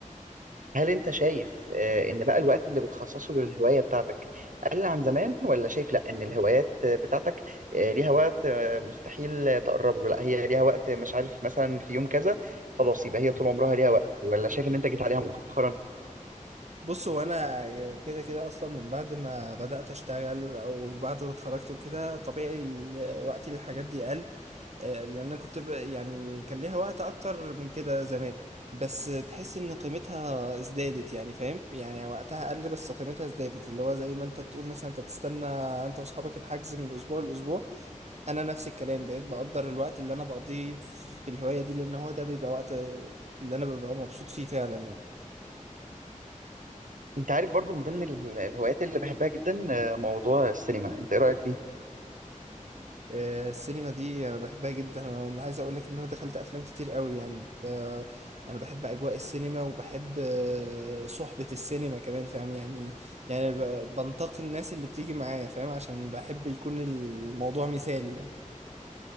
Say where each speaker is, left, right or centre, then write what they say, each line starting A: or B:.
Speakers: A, on the right; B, on the right.
A: هل انت شايف آه، ان بقى الوقت اللي بتخصصه للهواية بتاعتك قل عن زمان ولا شايف لا ان الهوايات آه، بتاعتك آه، ليها وقت آه، مستحيل آه، تقرب له لا هي ليها وقت مش عارف مثلا في يوم كذا خلاص يبقى هي طول عمرها ليها وقت ولا شايف ان انت جيت عليها مؤخرا
B: بص هو انا كده كده اصلا من بعد ما بدأت اشتغل او بعد ما اتخرجت وكده طبيعي ال- وقتي للحاجات دي قل آه، لان انا كنت ب- يعني كان ليها وقت اكتر من كده زمان بس تحس ان قيمتها ازدادت يعني فاهم يعني وقتها قل بس قيمتها ازدادت اللي هو زي ما انت بتقول مثلا انت بتستنى انت واصحابك الحجز من اسبوع لاسبوع انا نفس الكلام بقيت بقدر الوقت اللي انا بقضيه في الهوايه دي لان هو ده بيبقى وقت اللي انا ببقى مبسوط فيه فعلا يعني
A: انت عارف برضو من ضمن ال- الهوايات اللي بحبها جدا آه، موضوع السينما انت ايه رأيك فيه
B: آه، السينما دي انا بحبها جدا انا عايز اقول لك ان انا دخلت افلام كتير قوي يعني ده- انا بحب اجواء السينما وبحب آه، صحبه السينما كمان فاهم يعني يعني ب- بنتقي الناس اللي بتيجي معايا فاهم عشان بحب يكون الموضوع مثالي يعني